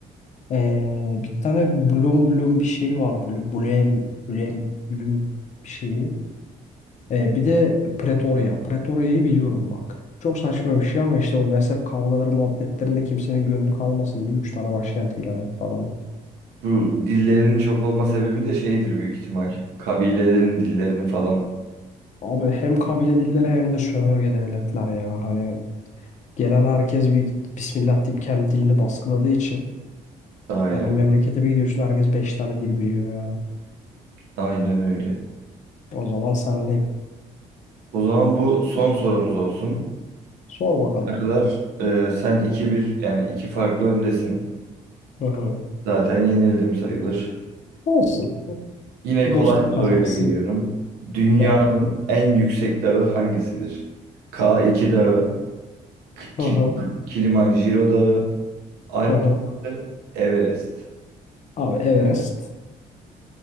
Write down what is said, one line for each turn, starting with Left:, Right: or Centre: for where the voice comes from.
Left: Ee, bir tane blom blom bir şey var böyle blem blem blüm bir şeyi. Ee, bir de Pretoria. Pretoria'yı biliyorum bak. Çok saçma bir şey ama işte o mezhep kavgaları muhabbetlerinde kimsenin gönlü kalmasın diye 3 tane başkent ilan etti adamlar.
Right: bu dillerinin çok olma sebebi de şeydir büyük ihtimal. Kabilelerin dillerini falan.
Left: Abi hem kabile dilleri hem de sömürge devletler ya. Hani gelen herkes bir Bismillah deyip kendi dilini baskıladığı için.
Right: Aynen.
Left: Hani memlekete bir gidiyorsun herkes 5 tane dil biliyor yani.
Right: Aynen öyle.
Left: O zaman sendeyim.
Right: O zaman bu son sorumuz olsun.
Left: Sor bakalım.
Right: Ne kadar e, sen iki bir yani iki farklı öndesin.
Left: Hı hı.
Right: Zaten yenildim sayılır.
Left: Olsun.
Right: Yine
Left: Dostluk
Right: kolay bir
Left: kazansın.
Right: soruyla geliyorum. Dünyanın
Left: Gel.
Right: en yüksek dağı hangisidir? K2 Dağı, K-
Left: Hı
Right: Kil-
Left: hı.
Right: Kilimanjaro Dağı, Alp
Left: Hı hı.
Right: Dağı, Everest.
Left: Abi Everest.